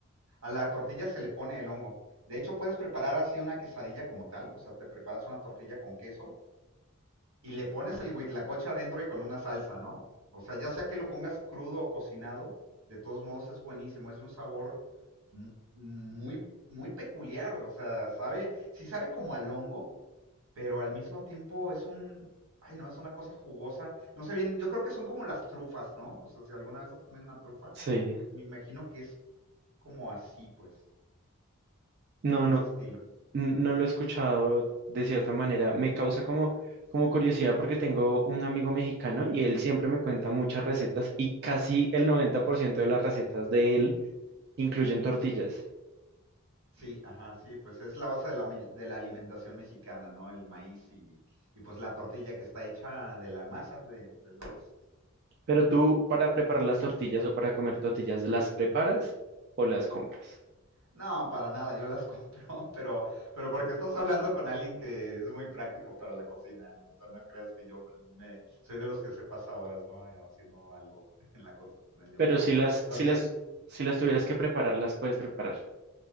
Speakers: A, on the right; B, on the right.
A: A la tortilla se le pone el hongo. De hecho, puedes preparar así una quesadilla como tal, o sea, te preparas una tortilla con queso y le pones el huitlacoche adentro y con una salsa, ¿no? O sea, ya sea que lo pongas crudo o cocinado, de todos modos es buenísimo, es de un sabor muy, muy peculiar, o sea, sabe, sí sabe como al hongo, pero al mismo tiempo es un, ay no, es una cosa jugosa, no sé bien, yo creo que son como las trufas, ¿no? O sea, si alguna vez has comido una trufa,
B: Sí.
A: me imagino que es como así, pues.
B: No,
A: Es como
B: no,
A: ese estilo.
B: n-
A: Ujú.
B: no lo he escuchado de cierta manera. Me causa como, como curiosidad porque tengo un amigo mexicano y él siempre me cuenta muchas recetas y casi el 90% de las recetas de él incluyen tortillas.
A: Sí, ajá, sí, pues es la base de la, mil- de la alimentación mexicana, ¿no? El maíz y, y pues la tortilla que está hecha de la masa de- del maíz.
B: Pero tú para preparar las tortillas o para comer tortillas, ¿las preparas o las compras?
A: No, para nada, yo las <laughs> compro, pero, pero porque estás hablando con alguien que es muy práctico para la cocina. O sea, no creas que yo me, soy de los que se pasa horas, ¿no? Haciendo algo <laughs> en la cocina. Yo,
B: Pero si las,
A: así,
B: si las, si las tuvieras que preparar, las puedes preparar.